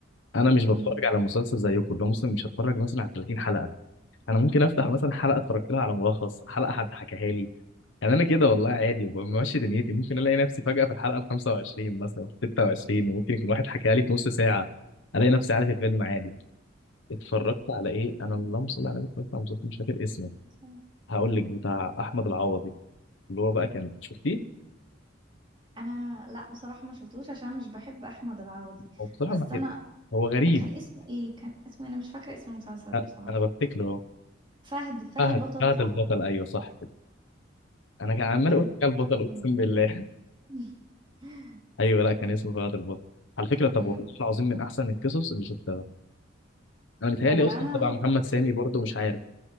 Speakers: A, on the left (about 80°); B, on the right (about 25°).
A: انا مش
B: مم.
A: بتفرج على مسلسل زيكم لو مسلم مش هتفرج مثلا على 30 حلقة انا ممكن افتح مثلا حلقة اتفرجت لها على ملخص حلقة حد حكاها لي يعني انا كده والله عادي وبمشي دنيتي ممكن الاقي نفسي فجأة في الحلقة ال 25 مثلا في 26 وممكن يكون واحد حكى لي في نص ساعة الاقي نفسي عارف الفيلم عادي اتفرجت على ايه انا اللهم صل على النبي اتفرجت على مسلسل مش فاكر اسمه
B: <laughs>
A: هقول لك بتاع احمد العوضي اللي هو بقى كان شفتيه
B: انا لا بصراحة ما شفتوش عشان مش بحب احمد العوضي
A: هو بصراحة
B: بس
A: ما
B: انا
A: كده هو غريب
B: كان اسمه ايه كان اسمه إيه؟ انا مش فاكرة اسم المسلسل
A: أ-
B: بصراحة
A: انا بفتكره أهو.
B: فهد فهد
A: فهد
B: البطل
A: فهد
B: صح
A: البطل ايوه صح كده انا كان عمال
B: كان
A: اقول حكى البطل
B: مسلسل جامد
A: اقسم بالله
B: <laughs>
A: <laughs> ايوه لا كان اسمه فهد البطل على فكرة طب
B: مم.
A: والله العظيم من احسن القصص اللي شفتها انا متهيألي
B: هو انا
A: اصلا تبع محمد سامي برضه مش عارف